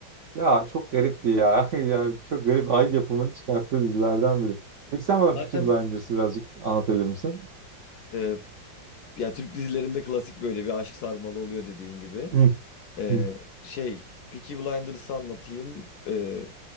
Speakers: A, on the right; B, on the left.
A: Ya çok garip bir ya. <laughs> Yani çok garip Ay yapımını çıkarttığı dizilerden biri. Peki sen bana
B: Zaten
A: Peaky Blinders'ı birazcık anlatabilir misin?
B: e, ya Türk dizilerinde klasik böyle bir aşk sarmalı oluyor dediğin gibi.
A: Hı,
B: E,
A: hı.
B: şey Peaky Blinders'ı anlatayım. E,